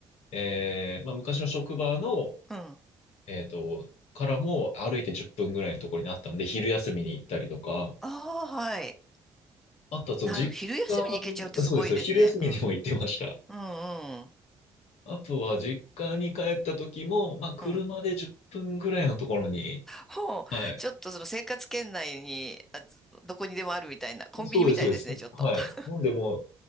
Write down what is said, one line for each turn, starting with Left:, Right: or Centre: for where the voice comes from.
Left: えー、まあ、昔の職場の、
Centre: うん。あ
Left: えっと、からも歩いて10分ぐらいのところにあったんで、昼休みに行ったりとか、
Centre: あ、はい。
Left: あとは、その、
Centre: なる、
Left: 実家、
Centre: 昼休みに行けちゃうってすごいですね。
Left: そうです、昼休みにも行ってました。
Centre: うん。うん、うん。
Left: あとは、実家に帰った時も、まあ、車で10分ぐらいのところに、
Centre: うん。ほう。
Left: はい。
Centre: ちょっとその生活圏内に、あ、どこにでもあるみたいな、コンビニみたいですね、
Left: そうです、そうです。
Centre: ちょっと。
Left: はい。
Centre: <laughs>
Left: なんでもう